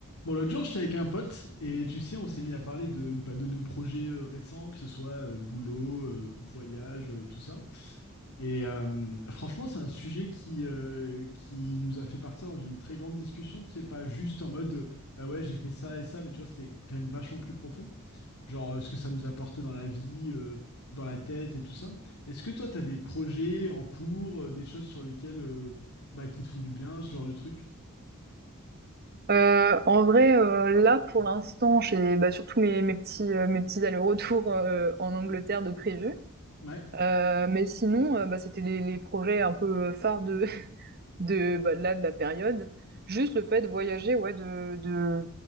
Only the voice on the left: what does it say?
Bon, l'autre jour, j'étais avec un pote et tu sais, on s'est mis à parler de, bah, de nos projets euh, récents, que ce soit euh, boulot, euh, voyage, euh, tout ça. Et euh, franchement, c'est un sujet qui, euh, qui nous a fait partir dans une très grande discussion. Tu sais, pas juste en mode, euh, bah ouais, j'ai fait ça et ça, mais tu vois, c'était quand même vachement plus profond. Genre, euh, ce que ça nous a apporté dans la vie, euh, dans la tête et tout ça. Est-ce que toi, t'as des projets en cours, euh, des choses sur lesquelles, euh, bah, qui te font du bien, ce genre de truc?
Ouais.